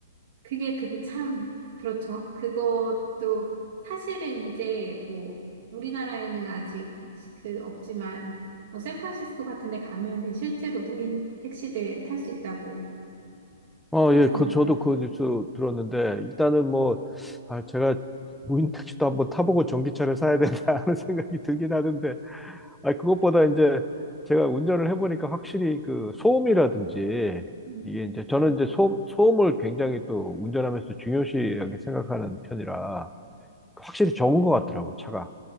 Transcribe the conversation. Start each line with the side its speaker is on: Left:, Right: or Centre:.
Right: 그게 근데 참, 그렇죠. 그것도 사실은 이제 뭐 우리나라에는 아직 그 없지만 뭐 샌프란시스코 같은 데 가면은 실제로 무인 택시들 탈 수 있다고
Centre: 어,
Right: 하잖아요.
Centre: 예, 그 저도 그 뉴스 들었는데 일단은 뭐 아, 제가 무인 택시도 한번 타보고 전기차를 사야 된다 <laughs> 하는 생각이 들긴 하는데 아니, 그것보다 이제 제가 운전을 해보니까 확실히 그 소음이라든지
Right: 음.
Centre: 이게 이제 저는 이제 소, 소음을 굉장히 또 운전하면서 중요시하게 생각하는 편이라 그 확실히 적은 것 같더라고요, 차가.